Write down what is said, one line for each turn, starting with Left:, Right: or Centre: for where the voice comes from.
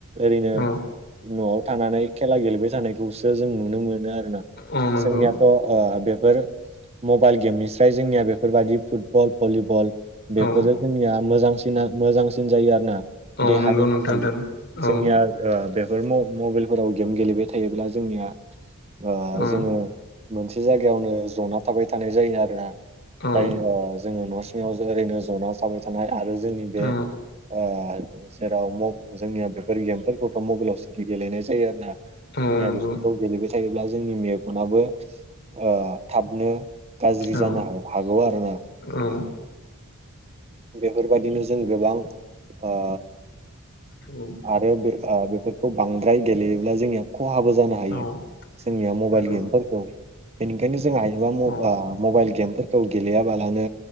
Right: ओरैनो
Left: औ
Right: न'आव थानानै खेला गेलेबाय थानायखौसो जों नुनो मोनो आरो ना।
Left: औ नंगौ
Right: जोंनियाथ' बेफोर मबाइल गेमनिस्राय जोंनिया बेफोरबायाददि फुटबल भलिबल बेफोरो
Left: औ
Right: जोंनिया मोजांसिना मोजांसिन जायो आरो ना
Left: औ
Right: देहानि थाखायबो
Left: दोन औ
Right: जोंनिया ओ बेफोर मबाइलफोराव गेम गेलेबाय थायोब्ला जोंनिया ओ
Left: औ
Right: जोङो मोनसे जायगायावनो जना थाबाय थानाय जायो आरोना
Left: औ
Right: जाय ओ जोङो न' सिङाव ओरैनो ज'ना थाबाय थानाय आरो जोंनि बे
Left: औ
Right: ओ जेराव म- जोंनिया बेफोर गेमफोरखौथ' मबाइलाव सिखि गेलेनाय जायो आरो ना जोंनिया
Left: औ नंगौ
Right: बेफोरखौ गेलेबाय थायोब्ला जोंनि मेगनाबो ओ थाबनो गाज्रि
Left: औ
Right: जानो हागौ आरोना।
Left: औ
Right: बेफोरबायादिनो जों गोबां ओ
Left: औ
Right: आरो बे ओ बेफोरखौ बांद्राय गेलेयोब्ला जोंनि खहाबो जा हायो
Left: औ
Right: जोंनिया मबाइल
Left: नंगौ
Right: गेमफोरखौ बेनिखायनो जों हायोबा
Left: औ
Right: ओ मबाइल गेमफोरखौ खौ गेलेयाबालानो